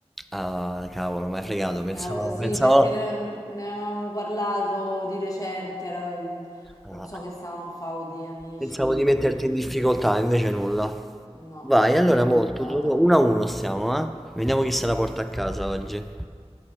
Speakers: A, in the centre; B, on the left.
A: Ah, cavolo, mi hai fregato, pensavo,
B: Ne avevo- sì,
A: pensavo,
B: perché ne, ne avevamo parlato di recente, era- mm,
A: ah,
B: non so che stavamo a fare con degli amici,
A: pensavo di metterti in difficoltà, invece nulla.
B: no,
A: Vai,
B: non
A: allora molto,
B: è andata.
A: uno a uno stiamo, eh? Vediamo chi se la porta a casa oggi.